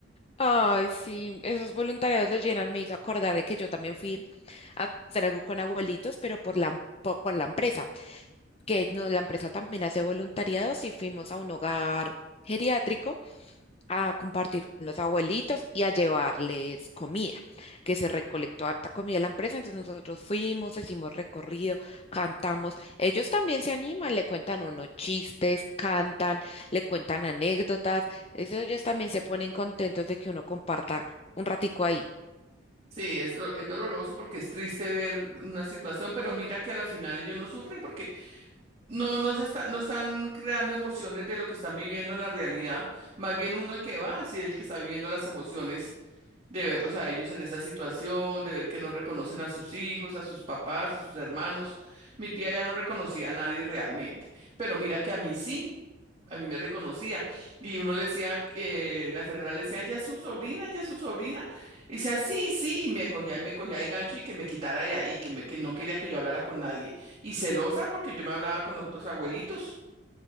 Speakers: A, on the left; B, on the right.
A: Ay, sí, esos voluntariados los llenan. Me hizo acordar de que yo también fui a hacer algo con abuelitos, pero por la, por, con la empresa, que no, la empresa también hace voluntariados y fuimos a un hogar geriátrico a compartir con los abuelitos y a llevarles comida, que se recolectó harta comida de la empresa. Entonces nosotros fuimos, hicimos recorrido, cantamos. Ellos también se animan, le cuentan unos chistes, cantan, le cuentan anécdotas. Eso ellos también se ponen contentos de que uno comparta un ratico ahí.
B: Sí, es, do- es doloroso porque es triste ver una situación, pero mira que a la final ellos no sufren porque no, no se está, no están creando emociones de lo que están viviendo en la realidad. Más bien uno el que va, sí es el que está viviendo las emociones de verlos a ellos en esa situación, de ver que no reconocen a sus hijos, a sus papás, a sus hermanos. Mi tía ya no reconocía a nadie realmente, pero mira que a mí sí, a mí me reconocía. Y uno le decía, eh, la enfermera le decía, ya es su sobrina, ya es su sobrina. Y decía, sí, sí, y me cogía y me cogía de gancho y que me quitara de ahí, que, me, que no quería que yo hablara con nadie. Y celosa porque yo me hablaba con los otros abuelitos.